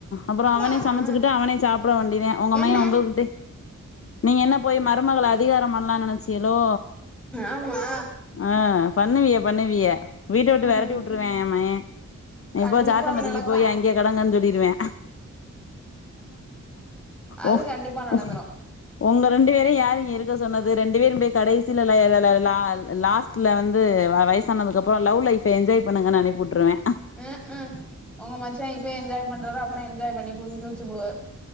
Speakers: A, on the left; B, in the centre.
A: அப்றோ அவனே
B: ஆமா
A: சமைச்சுக்கிட்டு அவனே சாப்பிட வேண்டிதே உங்க
B: என்ன
A: மையே உங்கள்கிட்டே நீங்க என்ன போய் மருமகள அதிகாரம் பண்ணலான் நெனச்சீகலோ
B: ஆமா
A: ஆ பண்ணுவிய பண்ணுவிய வீட்ட உட்டு
B: ம்
A: வெரட்டி உட்டுருவே ஏ மகே நீ
B: கண்டிப்பா
A: போ சாத்தமதிக்கி
B: அது நடக்கு
A: போய் அங்கேயே கடங்கன் சொல்லிருவே
B: அது
A: ஒ
B: கண்டிப்பா நடந்துரு
A: ம் உங்க ரெண்டு பேரையு யாரு இங்க இருக்க சொன்னது ரெண்டு பேரு போய் கடைசில லெ லெ லா லாஸ்ட்டல வந்து வ வயசானதுக்கு அப்றோ லவ் லைஃப்ப என்ஜாய் பண்ணுங்கன் அனிப்புட்ருவே
B: அ அ உங்க மச்சா இப்பயே என்ஜாய் பண்றாரோ அப்றோ என்ஜாய் பண்ணி <unintelligible> கிழிச்சு புடுவார்